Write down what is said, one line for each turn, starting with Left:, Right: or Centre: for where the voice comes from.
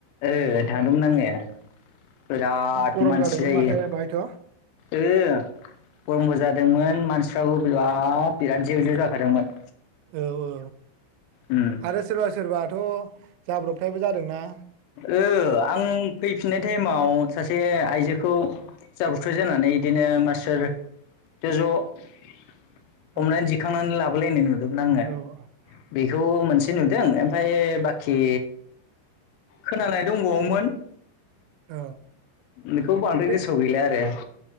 Left: ओ थांदोंमोन आङो बिराद
Right: गरम
Left: मानसि
Right: जादोंमोन
Left: जायो
Right: माथो बाहायथ'
Left: ओ गरमबो जादोंमोन मानसि मानसिफ्राबो बिराद जेव जेव जाखादोंमोन
Right: औ औ
Left: उम
Right: आरो सोरबा सोरबा थ' जाब्रबथायबो जादोंना
Left: ओ आं फैफिननाय टाइमाव सासे आइजोखौ जाब्रबथाय जानानै बिदिनो मानसिफोर ज' ज' हमनानै
Right: औ
Left: दिखांनानै लाबोलायनाय नुदोंमोन आङो
Right: औ
Left: बेखौ मोनसे ए नुदों ओमफ्राय बाखि खोनानाय दंबावोमोन
Right: औ
Left: बेखौ बांद्राय
Right: बे
Left: गोसोआव गैला आरो